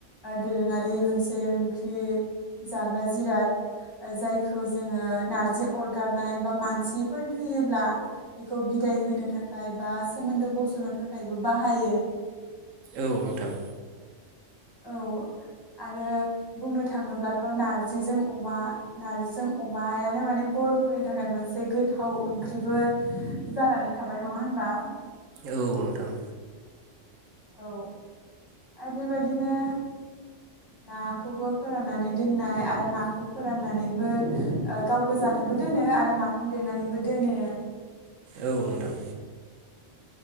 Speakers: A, on the left; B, on the right.
A: दोरोङारि मोनसे ओंख्रि जाग्रा जिराद जायखौ जोङो नारजि अरगारनाय बा मानसिफोर थैयोब्ला बेखौ बिदाय होनो थाखाय बा सोमोन्दो बसनो थाखायबो बाहायो।
B: औ नोंथां
A: औ आरो बुंनो थाङोब्लाथ नारजिजों अमा नार्जिजों अमायानो माने बर'फोरनि थाखाय मोनसे गोथाव ओंख्रिबो जानानै थाबाय नङा होनबा?
B: औ नोंथां
A: औ आरो बेबायदिनो नाखौबो फोराननानै दोननाय आरो नाखौ फोराननानैबो ओ गाव गोजानोबो दोनो आरो नाफाम देनानैबो दोनो
B: औ नोंथां।